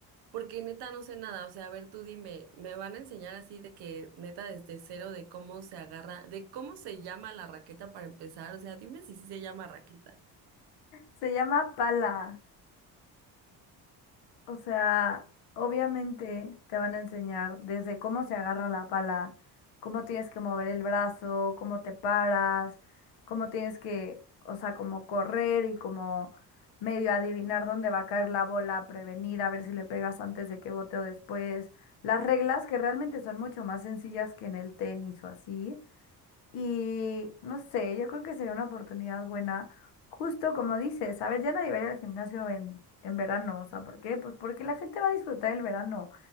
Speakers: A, on the right (about 75°); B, on the left (about 80°).
A: Porque neta no sé nada, o sea, a ver, tú dime, ¿me van a enseñar así de que neta desde cero de cómo se agarra, de cómo se llama la raqueta para empezar? O sea, dime si sí se llama raqueta.
B: Se llama Pala. O sea, obviamente te van a enseñar desde cómo se agarra la pala, cómo tienes que mover el brazo, cómo te paras, cómo tienes que, o sea, como correr y como medio adivinar dónde va a caer la bola, prevenir, a ver si le pegas antes de que bote o después. Las reglas que realmente son mucho más sencillas que en el tenis o así, y no sé, yo creo que sería una oportunidad buena, justo como dices, a ver, ya nadie va a ir al gimnasio en, en verano, o sea, ¿por qué? Pues porque la gente va a disfrutar el verano.